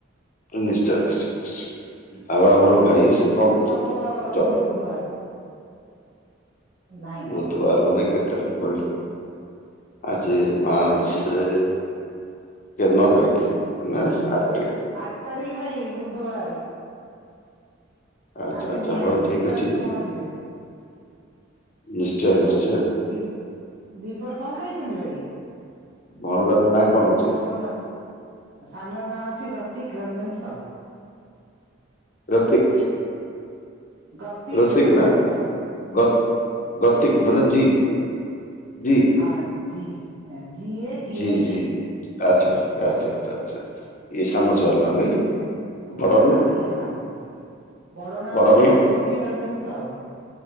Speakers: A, on the left; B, on the right.
A: ନିଶ୍ଚୟ ନିଶ୍ଚୟ ନିଶ୍ଚୟ ଆଉ ଆମର ଭାଇ
B: ଆଉ
A: ସେ କଣ
B: ମୋ
A: କରୁଛନ୍ତି
B: ସାନ ପୁଅ ଯଦି
A: ଜପ?
B: ବୁଧବାର। ନାଇଁ ନାଇଁ
A: ବୁଧବାର ମାନେ କେତେ ତାରିଖ ପଡୁଛି ଆଜି ପାଞ୍ଚ
B: ଆଜ୍ଞା
A: କନକ ନଅ ତାରିଖ ନା ଆଠ ତାରିଖ?
B: ଆଠ ତାରିଖ ଭାଇ ବୁଧବାର।
A: ଆଚ୍ଛା
B: ଆସି
A: ଆଚ୍ଛା
B: ନି ଆସି
A: ହଉ ଠିକ
B: ତ
A: ଅଛି
B: ଆସି ପହଞ୍ଚିବେ।
A: ନିଶ୍ଚୟ ନିଶ୍ଚୟ
B: ଆଉ ଦିପ ଦିପହରରେ କଣ ଖାଇଛନ୍ତି ଭାଇ?
A: ମନୋଦର ନାଁ କଣ? ଅଛି?
B: ପୁଅ ସାନର ନାଁ ଅଛି ଗତିକ ରଞ୍ଜନ ସାହୁ।
A: ରତିିକ?
B: ଗତିକ
A: ରଚିକ
B: ରଞ୍ଜନ
A: ନା
B: ସାହୁ
A: ଗ ଗତିକ ମାନେ ଜୀ? ରି।
B: ହଁ G A T
A: G
B: I
A: G
B: K.
A: ଆଚ୍ଛା ଆଚ୍ଛା
B: ହଁ
A: ଆଚ୍ଛା ଆଚ୍ଛା ଇ ସାନ ଛଆଲ ନା ନାଇଁ? ବଡର ନା
B: ହଁ ଇଏ ସାନ ମୋର ବଡ ନାଁ
A: ବଡର
B: ହଉଛି
A: ନା
B: ସ୍ମୃତି ରଞ୍ଜନ ସାହୁ।